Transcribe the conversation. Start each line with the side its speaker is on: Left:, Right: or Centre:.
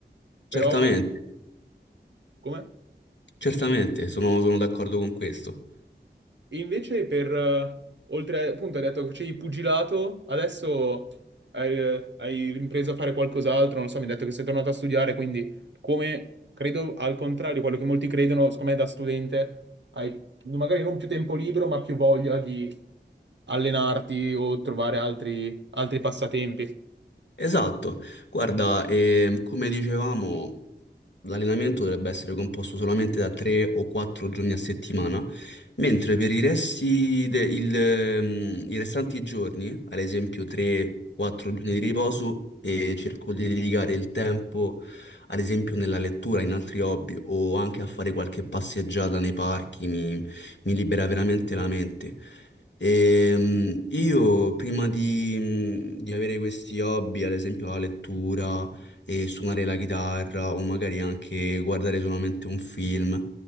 Right: Però,
Left: Certamente,
Right: come?
Left: certamente, sono sono d'accordo con questo.
Right: E invece per, eh, oltre, appunto, hai detto che facevi pugilato, adesso hai, hai ripreso a fare qualcos'altro, non so, mi hai detto che sei tornato a studiare, quindi come, credo, al contrario, quello che molti credono, secondo me da studente hai magari non più tempo libero, ma più voglia di allenarti o trovare altri, altri passatempi.
Left: Esatto, guarda, ehm, come dicevamo, l'allenamento dovrebbe essere composto solamente da 3 o 4 giorni a settimana, mentre per i resti de- il, ehm, i restanti giorni, ad esempio 3-4 giorni di riposo, e cerco di dedicare il tempo, ad esempio nella lettura, in altri hobby o anche a fare qualche passeggiata nei parchi, mi mi libera veramente la mente. E, io prima di, di avere questi hobby, ad esempio la lettura e suonare la chitarra o magari anche guardare solamente un film,